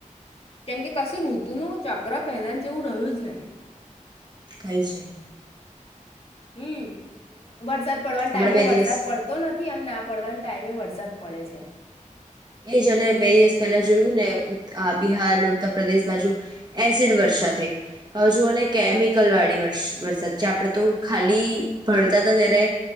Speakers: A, on the left; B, on the right.
A: કેમકે કશું ઋતુનું ચક્ર પહેલાન જેવું રહ્યું જ નહી.
B: કઈ જ નઈ.
A: હમ્મ વરસાદ પડવાના ટાઈમે
B: હમણાં બે
A: વરસાદ
B: દિવસ
A: પડતો નથી અને ના પડવાન ટાઈમે વરસાદ પડે છે.
B: એ જ અને બે દિવસ પહેલા જોયું ને ઉત્ત આ બિહારન ઉત્તર પ્રદેશ બાજુ એસિડ વર્ષા થઈ હવે જુઓ ને કેમિકલ વાળી વરસ વરસાદ જે આપડે તો ખાલી ભણતાતા ત્યારે